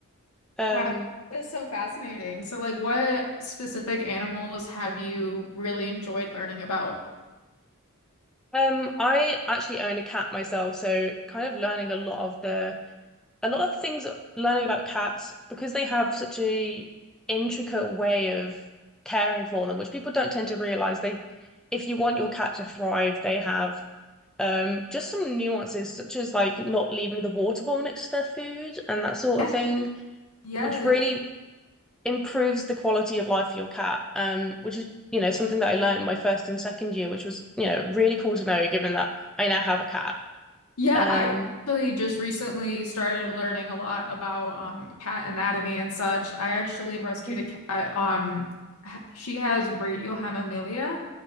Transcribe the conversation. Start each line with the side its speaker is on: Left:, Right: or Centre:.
Centre: um
Left: Wow, that's so fascinating. So like what specific animals have you really enjoyed learning about?
Centre: um I actually own a cat myself so kind of learning a lot of the a lot of things learning about cats because they have such a intricate way of caring for them, which people don't tend to realize. They, if you want your cat to thrive, they have um just some nuances such as like not leaving the water bowl next to their food and that sort
Left: Yeah.
Centre: of thing,
Left: Yes.
Centre: which really improves the quality of life for your cat. Um, which is you know something that I learned in my first and second year, which was you know really cool to know given that I now have a cat.
Left: Yeah,
Centre: Um,
Left: I actually just recently started learning a lot about um, cat anatomy and such. I actually rescued
Centre: Mhm.
Left: a cat. Um, h- she has radiohemimelia,